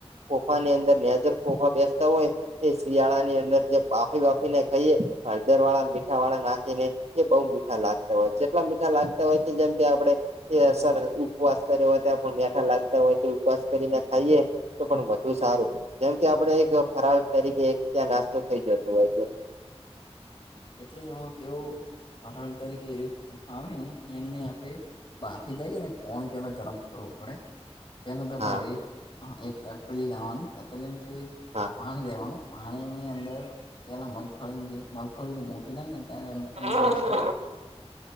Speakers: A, on the right (about 75°); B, on the left (about 50°).
A: કોફા ની અંદર લ્યાજક કોફા બેસતા હોય. એ શિયાળા ની અંદર જે બાફી વાફીને ખાઈએ હળદર વાળા મીઠા વાળા નાખી ને એ બહુ મીઠા લાગતા હોય છે જેટલા મીઠા લાગતા હોય છે જેમ કે આપડે એ સર ઉપવાસ કરે હોય ત્યા પણ મેઠા લાગતા હોય છે ઉપવાસ કરીને ખાઈએ તો પણ વધુ સારું કેમ કે આપડ એક ફરાળ તરીકે એક ત્યાં નાસ્તો થઈ જતો હોય છે.
B: એટલે એમાં કેવળ તરીકે પામે એમને આપે બાફી દઈ અનેને પોણી પેલા ગરમ કરવું પડે. પ
A: હા
B: તોાડો એક ત પેલી લાવવાની પેલી એમથી
A: હા
B: પાણી લેવાનું. પાણી ની અંદર પેલા મગફળી મગફળી મોટી થાય ને ત્યારે અંદર
A: હા
B: રહેશે.
A: હા